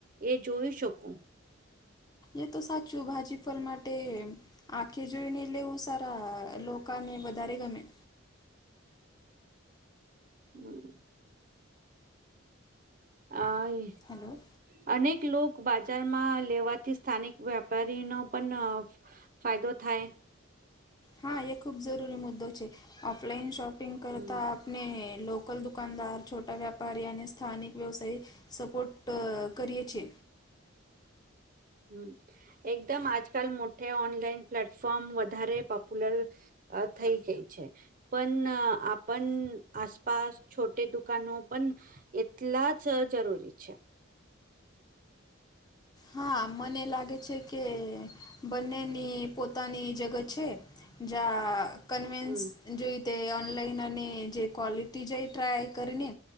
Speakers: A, on the right; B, on the left.
A: એ જોઈ શકું.
B: એ તો સાચું, ભાજી-ફળ માટે. આખે જોઈને, એટલે સારા લોકોને વધારે ગમે.
A: હમ. આઈ.
B: હલો.
A: અનેક લોક બજારમાં લેવાથી, સ્થાનિક વેપારીનો પણ ફાયદો થાય.
B: હા, એ ખૂબ જરૂરી મુદ્દો છે, ઓફલાઈન શોપિંગ કરતાં
A: હમ
B: ને લોકલ દુકાનદાર, છોટા વ્યાપારી અને સ્થાનિક વ્યવસાય. સપોર્ટ કરીએ છે.
A: હમ, એકદમ આજકાલ મોટેે ઓનલાઈન પ્લેટફોર્મ વધારે પોપ્યુલર અ થઈ ગઈ છે. પણ આપણ આસપાસ છોટે દુકાનો પણ એટલા જ જરૂરી છે.
B: હા, મને લાગે છે કે, બંનેની પોતાની જગત છે. જ કનવિન્સ.
A: હમ
B: જોઈ તે ઓનલાઈન અને જે ક્વોલિટી જાય, ટ્રાય કરીને,